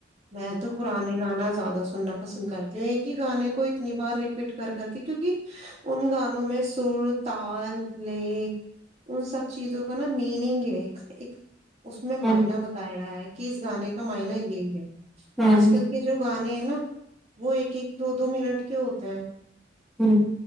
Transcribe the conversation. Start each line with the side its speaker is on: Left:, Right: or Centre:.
Right: میں تو پرانے گانا زیادہ س سننا پسند کرتی ہ ایک ہی گانے کو اتنی بار ریپیٹ کر کر کے کیوںکہ ان گانوں میں سر تال لے ان سب چیزوں کا نا میننگ ہے ایک ایک اس میں
Centre: ہوں
Right: مائنا بتایا گیا ہے کہ اس گانے کا معائنا یہی ہے
Centre: ہوں
Right: آج کل کے جو گان نا وہ ایک ایک دو دو منٹ کے ہوتے ہیں
Centre: ہوں